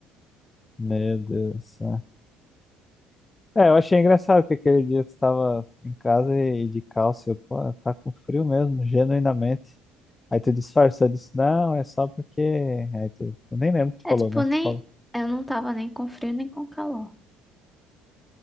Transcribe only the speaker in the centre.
É
tipo,
nem,
eu não tava nem com frio nem com calor.